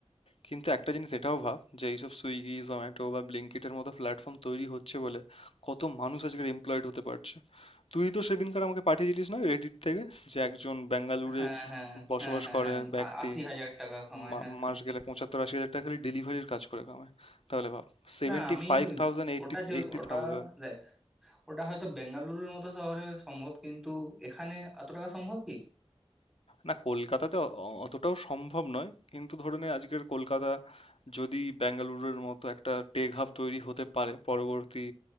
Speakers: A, on the left; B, in the centre.
A: কিন্তু একটা জিনিস এটাও ভাব যে এইসব সুইগি জোম্যাটো বা ব্লিঙ্কিটের মতো প্ল্যাটফর্ম তৈরি হচ্ছে বলে কত মানুষ আজকাল এমপ্লয়েড হতে পারছে তুই তো সেদিনকার আমাকে পাঠিয়েছিলিস না রেডিট থেকে যে একজন বেঙ্গালুরে
B: হ্যাঁ হ্যাঁ
A: বসবাস
B: হ্যাঁ হ্যাঁ
A: করে
B: হ্যাঁ
A: ব্যক্তি
B: আ- আশি হাজার টাকা কামায়
A: মা-
B: হ্যাঁ হ্যাঁ
A: মাস গেলে পঁচাত্তর আশি হাজার টাকা খালি ডেলিভারির কাজ করে কামায় তাহলে ভাব seventy
B: না আমি
A: five thousand
B: জ-
A: eighty
B: ওটা যে
A: eighty
B: ওটা
A: thousand
B: দেখ ওটা হয়তো বেঙ্গালুরুর মতো শহরে সম্ভব কিন্তু এখানে এত টাকা সম্ভব কি
A: না কলকাতাতে অ- অ- অতটাও সম্ভব নয় কিন্তু ধরে নে আজকের কলকাতা যদি বেঙ্গালুরুর মতো একটা টেক হাব তৈরি হতে পারে পরবর্তী